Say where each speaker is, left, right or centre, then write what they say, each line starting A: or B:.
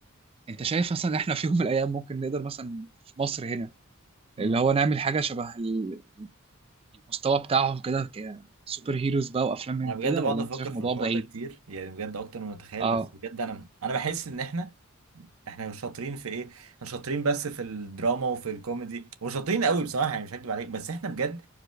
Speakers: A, on the right; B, on the right.
A: انت شايف مثلا احنا في يوم من الايام ممكن نقدر مثلا في مصر هنا
B: امم
A: اللي هو نعمل حاجة شبه ال- المستوى بتاعهم كده كسوبر هيروز بقى وافلام من
B: انا بجد
A: كده
B: بقعد
A: ولا
B: افكر
A: انت شايف الموضوع
B: في الحوار
A: بعيد؟
B: ده كتير يعني بجد اكتر ما اتخيل
A: اه
B: بس بجد انا انا بحس ان احنا احنا مش شاطرين في ايه احنا شاطرين بس في الدراما وفي الكوميدي وشاطرين قوي بصراحه يعني مش هكدب عليك بس احنا بجد